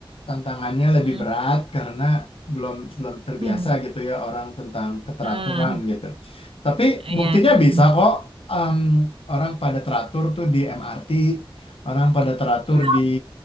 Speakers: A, on the left; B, on the right.
A: tantangannya lebih
B: Hmm.
A: berat karena belum belum terbiasa
B: Hmm.
A: gitu ya orang tentang keteraturan
B: Ah,
A: gitu. Tapi
B: iya, iya.
A: buktinya bisa
B: iya.
A: kok em, orang pada teratur tuh di MRT, orang pada teratur
B: Ya,
A: di